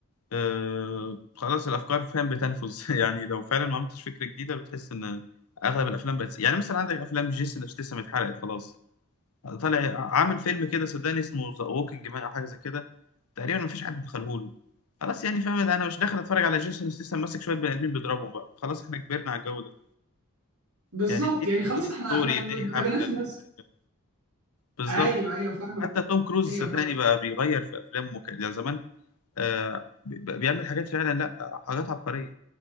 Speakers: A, on the left (about 75°); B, on the right (about 85°).
A: آه خلاص الافكار فاهم بتنفذ <laughs> يعني لو فعلا ما عملتش فكرة جديدة بتحس ان اغلب الافلام بقت يعني مثلا عندك افلام جيسون ستاثام اتحرقت خلاص طالع عامل فيلم كده صدقني اسمه ذا ووكينج مان او حاجة زي كده تقريبا مفيش حد دخله له خلاص يعني فاهم ده انا مش داخل اتفرج على جيسون ستاثام ماسك شويه بني ادمين بيضربهم بقى خلاص احنا كبرنا على الجو ده
B: بالظبط
A: يعني اديني
B: يعني
A: اديني
B: خلاص
A: ستوري
B: احنا احنا ما
A: اديني حبكه
B: بناش
A: اديني
B: الناس
A: حاجه بالظبط
B: ايوه
A: يعني
B: ايوه فاهم
A: حتى توم كروز
B: ايوه
A: صدقني بقى بيغير في افلامه كان يعني زمان آه بي- بيعمل حاجات فعلا لا حاجات عبقريه